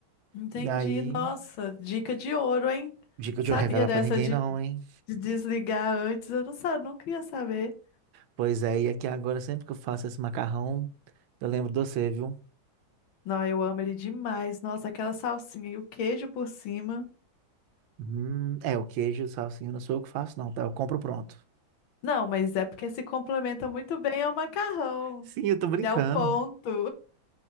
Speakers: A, on the left (about 75°); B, on the right (about 75°).
A: Entendi.
B: E aí,
A: Nossa, dica de ouro, hein?
B: dica
A: Sabia
B: de eu revelar
A: dessa
B: pra ninguém
A: de,
B: não, hein?
A: de desligar antes? Eu não sabia, nunca ia saber.
B: Pois é, e aqui agora, sempre que eu faço esse macarrão, eu lembro de você, viu?
A: Não, eu amo ele demais. Nossa, aquela salsinha e o queijo por cima.
B: Hum, é, o queijo, salsinha, não sou eu que faço, não, tá? Eu compro pronto.
A: Não, mas é porque se complementa muito bem ao macarrão
B: Sim, eu tô brincando.
A: e ao ponto.